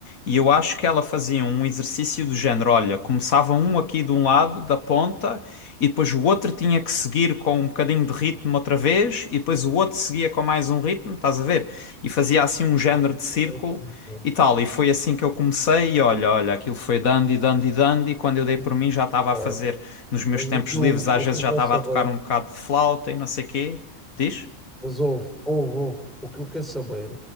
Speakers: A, on the left; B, in the centre.
A: E eu acho que ela fazia um exercício do género: olha, começava um aqui de um lado, da ponta, e depois o outro tinha que seguir com um bocadinho de ritmo outra vez, e depois o outro seguia com mais um ritmo, estás a ver? E fazia assim um género de círculo.
B: sei, não sei,
A: E tal, e foi assim que eu comecei, e olha, olha, aquilo foi dando e dando e dando, e quando eu dei
B: não
A: por mim já estava
B: sei.
A: a fazer nos meus
B: Mas
A: tempos
B: o que eu,
A: livres, às
B: o
A: vezes
B: que eu
A: já
B: quero
A: estava
B: saber,
A: a tocar um bocado de flauta e não sei quê. Diz?
B: mas ouve, ouve, ouve, o que eu quero saber